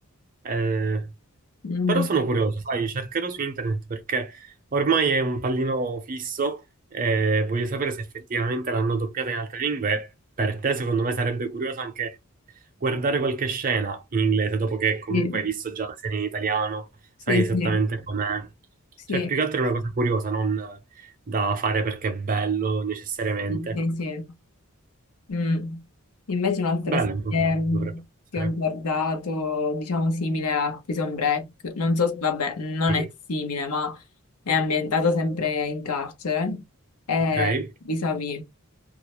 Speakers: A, on the right; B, on the left.
A: cioè, eh,
B: Mhm.
A: però sono curioso, sai, cercherò su internet perché ormai è un pallino fisso e voglio sapere se effettivamente l'hanno doppiata in altre lingue. e Per te, secondo me, sarebbe curioso anche guardare qualche scena in inglese dopo che comunque
B: Sì,
A: hai visto già la serie in italiano,
B: sì,
A: sai esattamente
B: sì,
A: com'è.
B: sì,
A: Cioè, più che altro è una cosa curiosa, non da fare perché è bello necessariamente.
B: sì, sì. Mm. Invece un'altra
A: Bello,
B: serie
A: dov- dovrebbe essere.
B: che ho guardato, diciamo simile a Prison Break, non so, se- vabbè, non
A: Sì.
B: è simile, ma è ambientata sempre in carcere, è
A: Ok.
B: Vis-à-Vis.